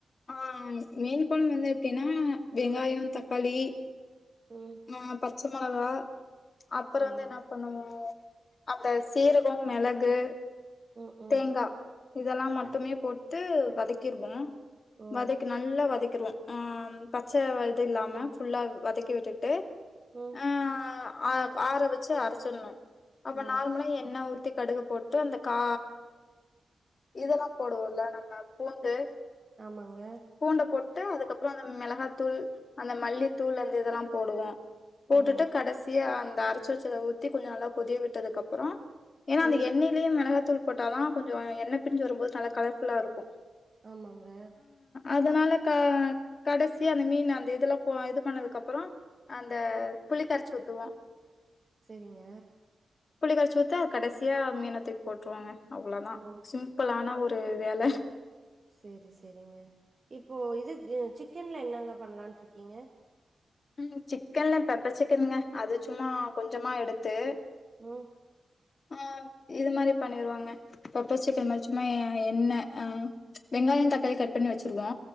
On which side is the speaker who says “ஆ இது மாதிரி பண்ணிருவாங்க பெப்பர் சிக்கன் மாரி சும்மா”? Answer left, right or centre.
Left